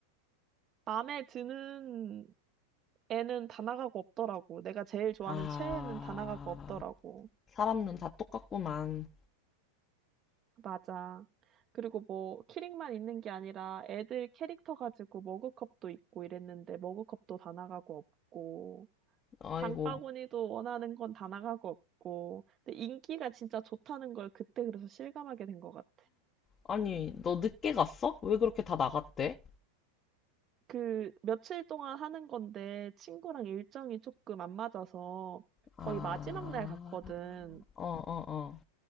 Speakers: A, on the right; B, on the left.
A: 마음에 드는 애는 다나가고 없더라고. 내가 제일 좋아하는
B: 아,
A: 최애는 다나가고 없더라고.
B: 사람은 다 똑같구만.
A: 맞아. 그리고 뭐 키링만 있는 게 아니라 애들 캐릭터 가지고 머그컵도 있고 이랬는데 머그컵도 다나가고 없고.
B: 아이고.
A: 장바구니도 원하는 건 다 나가고 없고. 근데 인기가 진짜 좋다는 걸 그때 그래서 실감하게 된 것 같아.
B: 아니, 너 늦게 갔어? 왜 그렇게 다 나갔대?
A: 그 며칠 동안 하는 건데 친구랑 일정이 조금 안 맞아서
B: 아,
A: 거의 마지막 날 갔거든.
B: 어, 어, 어.